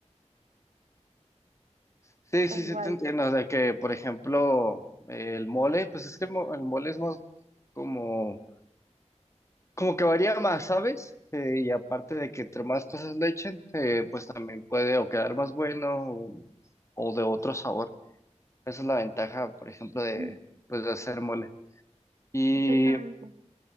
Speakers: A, on the left; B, on the right.
A: Sí, sí,
B: O
A: sí,
B: igual.
A: te entiendo. De que, por ejemplo, eh, el mole, pues es que el, mo- el mole es más como, como que varía más, ¿sabes? Eh, y aparte de que entre más cosas le echen, eh, pues también puede o quedar más bueno o, o de otro sabor. Esa es la ventaja, por ejemplo, de,
B: <clears throat>
A: pues, de hacer mole. Y
B: Exactamente.